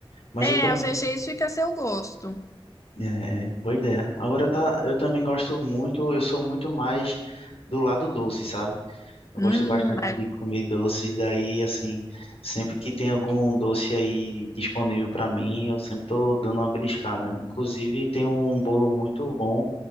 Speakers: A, on the left; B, on the left.
A: Mas
B: É,
A: eu também.
B: os recheios fica a seu gosto.
A: É, é, boa ideia. Agora tá, eu também gosto muito, eu sou muito mais do lado doce, sabe? Eu
B: Hum,
A: gosto bastante
B: ai,
A: de comer doce, daí, assim, sempre que tem algum doce aí disponível para mim, eu sempre tô dando uma beliscada. Inclusive, tem um bolo muito bom